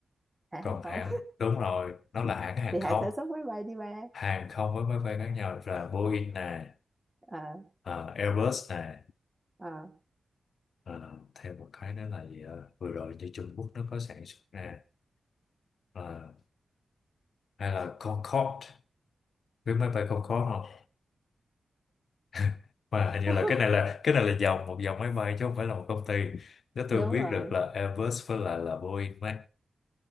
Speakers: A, on the right; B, on the left.
A: hãng
B: còn
A: hàng
B: hãng
A: không
B: đúng rồi nó là
A: <laughs>
B: hãng hàng
A: thì hãng
B: không
A: sản xuất máy bay đi ba
B: hàng không với máy bay khác nhau là Boeing nè
A: ờ
B: ờ, Airbus nè
A: ờ
B: ờ, thêm một cái nữa là gì ờ, vừa rồi như Trung Quốc nó có sản xuất nè ờ, hay là Concorde biết máy bay Concorde không <laughs> mà hình như
A: <laughs>
B: là cái này là cái này là dòng một dòng máy bay chứ không phải là một công ty nếu
A: đúng
B: tôi biết
A: rồi
B: được là Airbus với lại là Boeing ấy